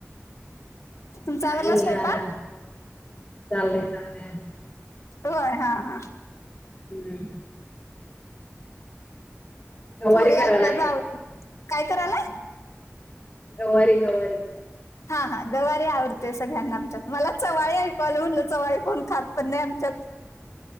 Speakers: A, on the left; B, on the left.
A: तुमचा
B: काय
A: आवरला
B: नाही
A: स्वयपाक.
B: आ चाललंय चाललंय आमचं
A: होय हा हा.
B: हम्म. गवारी
A: पोरी
B: करायला
A: आलत्या
B: लागले
A: जाव, काय करायलाय.
B: गवारी गवारी.
A: हा हा गवारीे आवडते सगळ्यांना आमच्यात मला चवाळी ऐकूयलं म्हणलं चवाळी कोण खात पण नाही आमच्यात.